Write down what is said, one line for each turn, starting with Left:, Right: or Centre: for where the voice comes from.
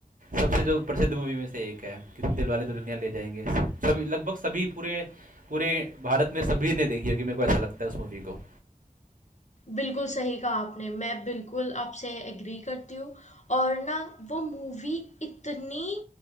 Right: सबसे जो प्रसिद्ध मूवी में से एक है कि दिल वाले दुल्हनिया ले जाएंगे सभी लगभग सभी पूरे पूरे भारत में सभी ने देखी होगी मेरे को ऐसा लगता है उस मूवी को
Left: बिल्कुल सही कहा आपने। मैं बिल्कुल आपसे एग्री करती हूँ और ना वो मूवी इतनी